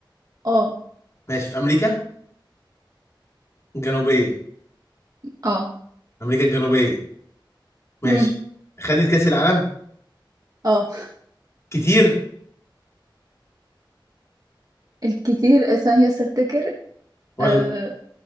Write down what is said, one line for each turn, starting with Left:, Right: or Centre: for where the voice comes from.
Right: اه
Left: ماشي في امريكا الجنوبيه
Right: اه
Left: امريكا الجنوبيه ماشي
Right: امم
Left: خدت كاس العالم
Right: اه
Left: كتير
Right: الكتير ثانية استفتكر
Left: ولا
Right: أه